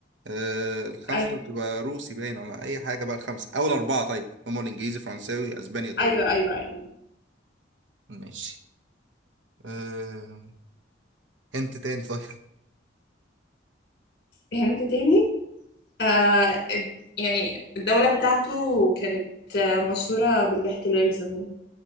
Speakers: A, on the right (about 80°); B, on the left (about 55°).
A: آه الخمسة
B: ايوه
A: اللي بتبقى روسي باين ولا أي حاجة بقى الخمسة أول أربعة طيب هم الإنجليزي فرنساوي أسباني إيطالي
B: ايوه ايوه ايوه
A: ماشي آه... انت تاني <laughs> طيب
B: هنت تاني آه اد- يعني الدولة بتاعته كانت آه، مشهورة بالاحتلال زمان